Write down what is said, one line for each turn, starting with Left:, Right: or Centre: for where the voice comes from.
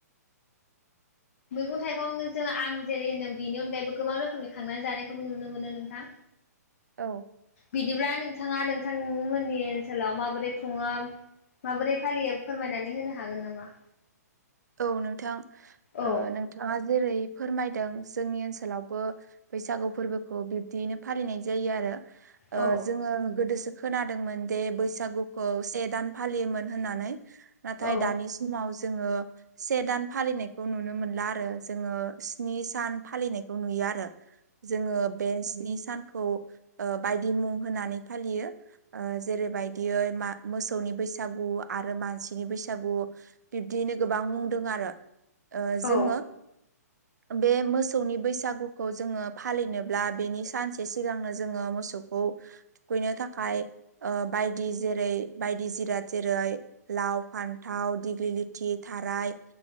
Right: <inaudible>
Left: मैगं थाइगंजों आं जेरै होनदों बेनि अनगायैबो गोबां रोखोमनि खांनानै जानायखौबो नुनो मोनो नोंथां
Right: औ
Left: बिदिब्ला नोंथाङा नोंथांमोननि ओनसोलाव माबोरै खुङो माबोरै फालियो फोरमायनानै होनो हागोन नामा?
Right: औ नोंथां
Left: औ
Right: ओ नोंथाङा जेरै फोरमायदों जोंनि ओनसोलावबो बैसागु फोरबोखौ बिब्दियैनो फालिनाय जायो आरो
Left: औ
Right: ओ जोङो गोदोसो खोनादोंमोन दे बैसागुखौ से दान फालियोमोन होननानै नाथाय
Left: औ
Right: दानि समाव जोङो से दान फालिनायखौ नुनो मोनला आरो जोङो स्नि सान फालिनायखौ नुयो आरो जोङो बे स्नि सान खौ बायदि मुं होनानै फालियो जेरैबायदियै मोसौनि बैसा गु आरो मानसिनि बैसागु बिदियैनो गो बां बुंदों आरो जोङो
Left: औ
Right: बे मोसौनि बैसागुखौ जोङो फालिनोब्ला बेनि सानसे सिगांनो जोङो मोसौ खौ थुखैनो थाखाय बायदि जेरै बायदि जिराद जेरै लाव फान्थाव दिगिलिथि थाराय